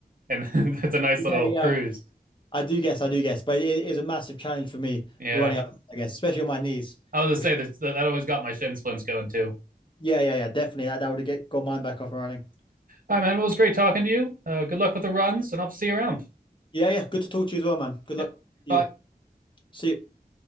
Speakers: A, on the right; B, on the left.
A: and <laughs> it's a nice
B: Yeah,
A: little
B: yeah.
A: cruise.
B: I do guess, I do guess, but it is a massive challenge for me
A: Yeah,
B: running up, I guess, especially on my knees.
A: I was
B: Which,
A: gonna say that that always got my shin splints going too.
B: yeah, yeah, yeah, definitely. That that would have get got mine back up and running.
A: All right, man. Well, it was great talking to you. Uh, good luck with the runs, and I'll see you around.
B: Yeah, yeah. Good to talk to you as well, man. Good
A: Yep.
B: luck to
A: Bye.
B: you. See you.